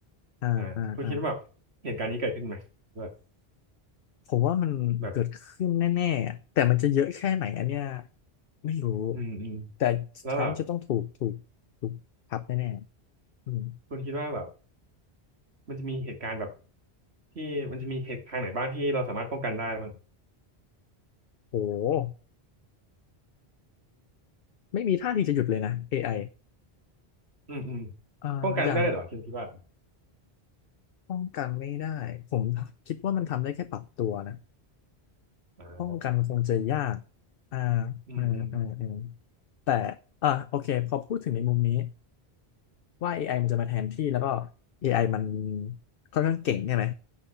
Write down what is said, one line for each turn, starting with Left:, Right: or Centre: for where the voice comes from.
Left: อ่าอ่าอ่า
Right: อ่าคุณคิดว่าแบบเหตุการณ์นี้เกิดขึ้นไหมแบบ
Left: ผมว่ามันเกิดขึ้นแน่ๆอะแต่มันจะเยอะแค่ไหนอันเนี้ย
Right: แบบ
Left: ไม่รู้
Right: อืมอืม
Left: แต่สุดท้ายมันจะต้องถูกถูกถูกทับแน่ๆอืม
Right: แล้วแบบคุณคิดว่าแบบมันจะมีเหตุการณ์แบบที่มันจะมีเหตุทางไหนบ้างที่เราสามารถป้องกันได้บ้าง
Left: โหไม่มีท่าทีจะหยุดเลยนะ AI
Right: อืมอืม
Left: เอ่ออย่าง
Right: ป้องกันไม่ได้เลยเหรอคุณคิดว่า
Left: ป้องกันไม่ได้ผมคิดว่ามันทำได้แค่ปรับตัวนะ
Right: อ่า
Left: ป้องกันคงจะยากอ่า
Right: อืมอืม
Left: อ่าอ่าอ่าแต่อ่าโอเคพอพูดถึงในมุมนี้ว่า AI มันจะมาแทนที่แล้วก็ AI มันค่อนข้างเก่งใช่ไหม